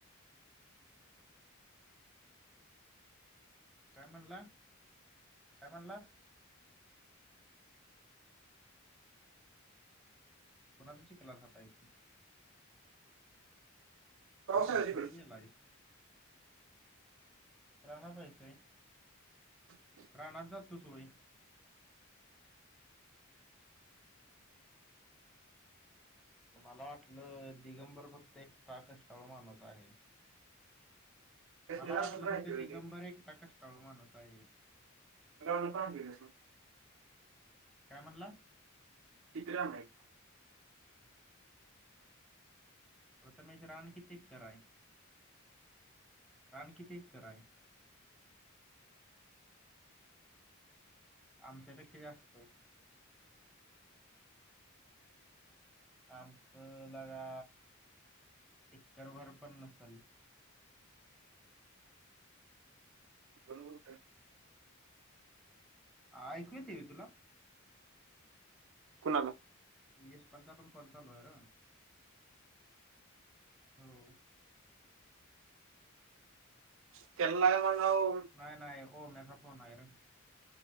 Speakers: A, in the centre; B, on the right.
A: काय म्हणला, काय म्हणलास? कोणाच्या चीकलात हात हायती.
B: पावसाळ्या
A: का रा,
B: तिकडे
A: कुठं गेलायस? <unintelligible>
B: <unintelligible>
A: रानात जातोस व्हय? मला वाटलं दिगंबर फक्त एकटा कष्टाळू माणूस आहे.
B: त्यासनी
A: मला
B: रांगण
A: वाटलं
B: राहायची
A: फक्त दिगंबर एकटा कष्टाळू माणूस आहे.
B: <unintelligible>
A: काय म्हणला?
B: किती राहलय?
A: प्रथमेश रान किती एकर हाय, रान किती एकर हाय? आमच्यापेक्षा जास्त. आमचं लगा एकरभर पण नसल.
B: खरोखर काय?
A: ऐकू येतय तुला?
B: कुणाला?
A: यशपनचा पण कॉल आहे र, हो
B: <unintelligible> म्हणाव
A: नाहीय नाही ओम्याचा फोन हाय र.